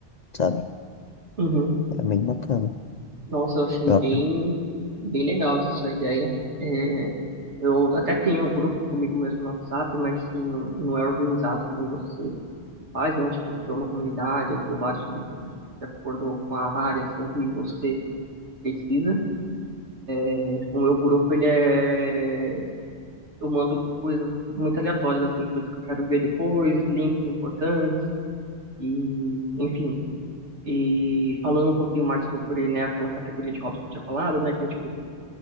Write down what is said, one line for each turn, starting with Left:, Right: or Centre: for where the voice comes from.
Left: sabe?
Right: Uhum.
Left: É bem bacana.
Right: Nossa, eu achei
Left: Eu
Right: bem,
Left: aprendi
Right: bem legal essa sua ideia. É, eu até tenho um grupo comigo mesmo no WhatsApp, mas assim, não, não é organizado como você faz, né? Tipo, criou uma comunidade, aí criou vários grupos de acordo com a área, assim, que você precisa. É, tipo, o meu grupo, ele é... Eu mando coisas muito aleatórias, assim, coisas que eu quero ver depois, links importantes e, enfim... E falando um pouquinho mais sobre, né, aquela categoria de hobbies que eu tinha falado, né, que é, tipo,